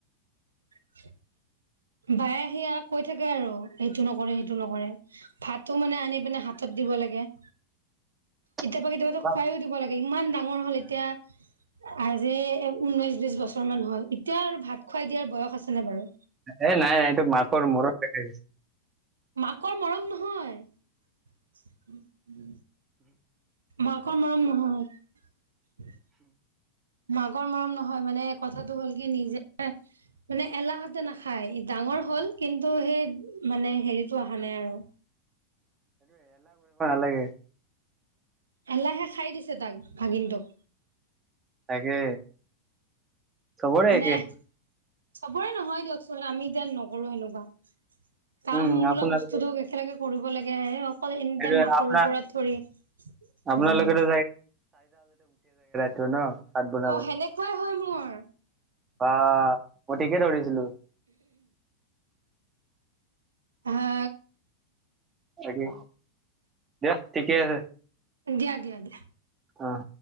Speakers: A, on the right (about 70°); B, on the right (about 20°).
A: <unintelligible> বায়ে আহি কৈ থাকে আৰু সেইটো নকৰে, সেইটো নকৰে, ভাতো মানে আনি পিনে হাতত দি দিব লাগে।
B: <inaudible>
A: কেতিয়াবা-কেতিয়াবা টো
B: বা-
A: খুৱাইও দিব লাগে ইমান ডাঙৰ হল এতিয়া আজি ঊনৈশ বিশ বছৰমানান হল এতিয়া আৰু ভাত খোৱাই দিয়াৰ বয়স আছেনে বাৰু।
B: এ নাই-নাই এইটো মাকৰ মৰম দেখাইছে।
A: মাকৰ মৰম নহয়। মাকৰ মৰম নহয়। মাকৰ মৰম নহয় মানে কথাটো হ'ল কি নিজে মানে এলাহতে নাখায় ডাঙৰ হল কিন্তু সেই মানে হেৰিতটো অহা নাই আৰু।
B: <inaudible> লাগে।
A: এলাহে খাই দিছে তাক ভাগিনটোক।
B: তাকে চবৰে
A: মানে
B: একে।
A: চবৰে নহয় দিয়কচোন আমি এতিয়া নকৰো এনেকুৱা। কাম
B: উম
A: বোলা
B: আপোনালোকে
A: বস্তু একেলগে কৰিব লাগে হে আৰু। অকল এনে
B: এইটো
A: মাকৰ
B: আপোনাৰ
A: ওপৰত ধৰি উম,
B: আপোনালোকেতো টো ন ভাত বনাব
A: অ সেনেকুৱাই হয় মোৰ
B: বা, মই ঠিকে ধৰিছিলো।
A: হা,
B: বাকি দিয়া ঠিকে আছে।
A: দিয়া-দিয়া-দিয়া।
B: অহ,